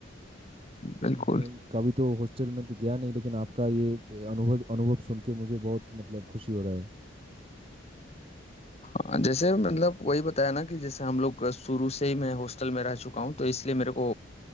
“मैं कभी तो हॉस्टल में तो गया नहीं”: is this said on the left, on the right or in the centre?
Right